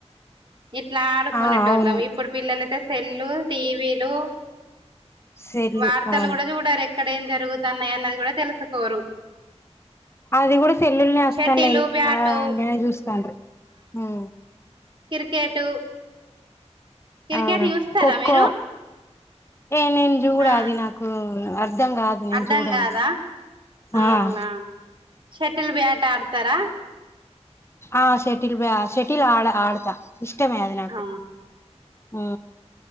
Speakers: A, on the right; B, on the left.
A: ఇట్లా ఆడుకునేటోల్లం
B: ఆ అవును
A: ఇప్పుడు పిల్లలయితే సెల్లు టీవీలు
B: సెల్లు
A: వార్తలు
B: అవును
A: కూడా చూడరు ఎక్కడ ఏం జరుగుతున్నాయి అన్నది కూడా తెలుసుకోరు
B: అది కూడా సెల్లుల్నే వస్తన్నాయి
A: షటిలు బ్యాటు
B: ఆండ్లనే చూస్తాండ్రు ఆ
A: కిర్కేటు కిర్కేటు
B: అవును
A: చూస్తారా
B: ఖోఖో
A: మీరు
B: ఏ నేను చూడ
A: ఆ
B: అది నాకు అర్ధం కాదు నేను
A: అర్ధం
B: చూడను
A: కాదా అవునా
B: ఆ
A: షటిల్ బ్యాట్ ఆడుతారా
B: ఆ షటిల్ బ్యా షటిల్ ఆడ ఆడతా ఇష్టమే అది నాకు
A: ఆ
B: ఊ